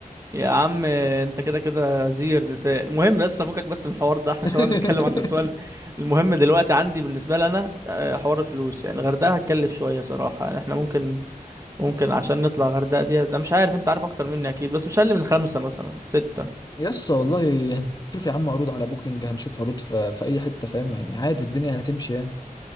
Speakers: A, on the right; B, on the left.
A: يا عم انت كده كده زير نساء المهم بس افكك بس من الحوار ده احنا
B: <laughs>
A: مش هنقعد نتكلم عن النسوان المهم دلوقتي عندي بالنسبه لي انا آه، حوار الفلوس يعني الغردقه هتكلف شويه صراحه يعني احنا ممكن ممكن عشان نطلع الغردقه دي انا مش عارف انت عارف اكتر مني اكيد بس مش اقل من خمسه مثلا سته
B: يس والله هنشوف يا عم عروض على بوكينج هنشوف عروض في, في اي حته فاهم يعني عادي الدنيا هتمشي يعني